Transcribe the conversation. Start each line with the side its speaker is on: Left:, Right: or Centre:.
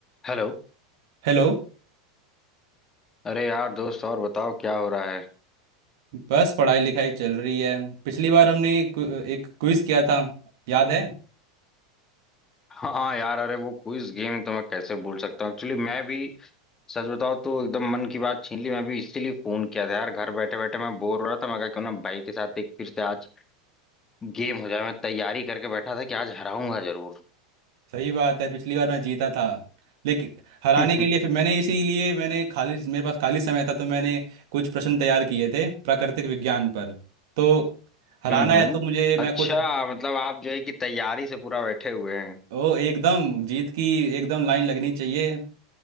Left: Hello
Right: Hello
Left: अरे यार दोस्त और बताओ क्या हो रहा है
Right: बस पढ़ाई लिखाई चल रही है पिछली बार हमने कु- एक क्विज किया था याद है
Left: हाँ यार अरे वो क्विज गेम तो मैं कैसे भूल सकता हूँ एक्चुअली मैं भी सच बताओ तो एकदम मन की बात छीन ली मैं भी इसीलिए फोन किया था यार घर बैठे बैठे मैं बोर हो रहा था मैं कहा क्यों ना भाई के साथ एक फिर से आज गेम हो जाए मैं तैयारी करके बैठा था कि आज हराऊंगा जरूर
Right: सही बात है पिछली बार मैं जीता था लेकिन हराने
Left: <laughs> हम्म
Right: के लिए फिर मैंने इसीलिए मैंने खाली मेरे पास खाली समय था तो मैंने कुछ प्रश्न तैयार किए थे प्राकृतिक विज्ञान पर तो हराना
Left: हम्म।
Right: है तो मुझे
Left: अच्छा
Right: मैं कुछ
Left: मतलब आप जो है कि तैयारी से पूरा बैठे हुए हैं
Right: ओ एकदम जीत की एकदम लाइन लगनी चाहिए